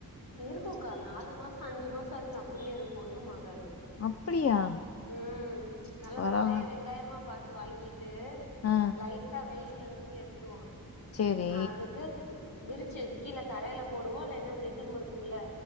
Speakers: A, on the left (about 65°); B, on the left (about 45°).
A: இருக்குங்கா நாலு மாசோ அஞ்சு மாசோ வரைக்கு அப்டியே இருக் ஒண்ணும் ஆகாது
B: அப்டியா
A: ம் நல்லா
B: பரவா
A: பழைய வெங்காயமா பாத் து வாங்கி டு
B: ஆ
A: லைட்டா வெய் இல்ல இது பண்ணி எடுத்துருவா
B: சேரி
A: அதுட்டு விரிச்சு கீழ தரைல போடுவோ இல்லைனா இந்த இதும் இருக்குமுல்ல